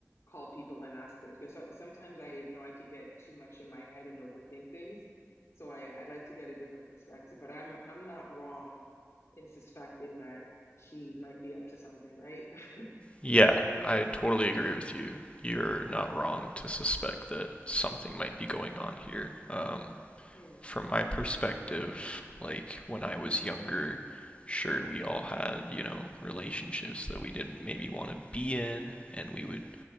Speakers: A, on the left (about 60°); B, on the left (about 20°).
A: call people and ask them because so, sometimes I know I could get too much in my head and overthink things. So I I like to get a different perspective, but I'm I'm not wrong in suspecting that he might be up to something, right? <laughs>
B: Yeah, I totally agree with you. You're not wrong to suspect that something might be going on here. Um,
A: Yeah.
B: from my perspective, like when I was younger, sure we all had, you know, relationships that we didn't maybe want to be in and we would,